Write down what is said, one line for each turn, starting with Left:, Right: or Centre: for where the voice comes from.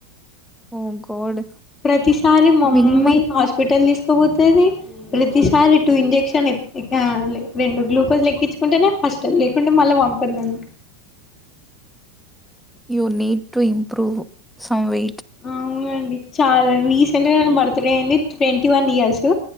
Centre: ఓ గాడ్
Left: ప్రతిసారి మా
Centre: మినిమం
Left: మమ్మి హాస్పెటల్ తీస్కవోతది ప్రతిసారి టూ ఇంజెక్షన్ ఎ ఎక లె రెండు గ్లూకోస్లెక్కిచ్చుకుంటేనే హస్టల్ లేకుంటే మళ్ళ వంపద్ నన్ను
Centre: you need to improve some way
Left: ఔనండి చాల వీస్ ట్వంటి నైన్ బర్త్డే అయింది twenty one years